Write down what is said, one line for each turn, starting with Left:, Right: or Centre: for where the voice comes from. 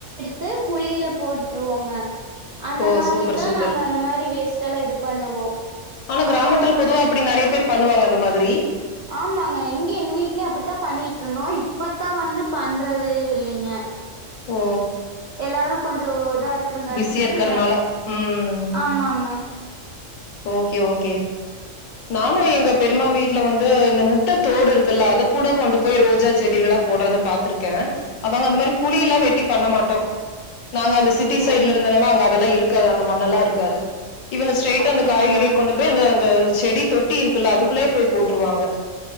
Right: து குளியில போட்ருவாங்க அந்த
Left: ஓ
Right: மாரி
Left: சூப்பர்
Right: தா
Left: சூப்பர்
Right: நாங்க அந்த மாரி வேஸ்டெல்லா இது பண்ணுவோ
Left: ஆனா
Right: அப்புறோ
Left: கிராமத்துல பொதுவா அப்படி நிறைய பேர் பண்ணுவாங்க அந்த மாதிரி
Right: ஆமாங்க இங்கியு எங்க வீட்லியு அப்படித்தா பண்ணிட் இருந்தோ இப்பத்தா வந்து பண்றது இல்லைங்க
Left: ஓ
Right: எல்லாரு கொஞ்சோ இதா இருக்குறங்காட்டிக்கி
Left: பிஸியா இருக்கறனால ம்
Right: ஆமாங்க
Left: ஓகே ஓகே நானு எங்க பெரிமா வீட்டுல வந்து இந்த முட்ட தோடு இருக்குல்ல அத கூட கொண்டு போய் ரோஜா செடியில எல்லா போடுறத பாத்திருக்கே அவங்க அந்த மாரி குழியல்லா வெட்டி பண்ண மாட்டோ நாங்க அந்த சிட்டி
Right: சேரிங்க
Left: சைட்ல இருந்தனால அங்க அதெல்லா இருக்காது அந்த மண்ண எல்லா இருக்காது இவங்க ஸ்ட்ரைட்டா
Right: அப்படிங்களா
Left: அந்த காய்கறிய கொண்டு போய் அங்க அந்த செடி தொட்டி இருக்குல்ல அதுக்குள்ளயே போய் போட்டுருவாங்க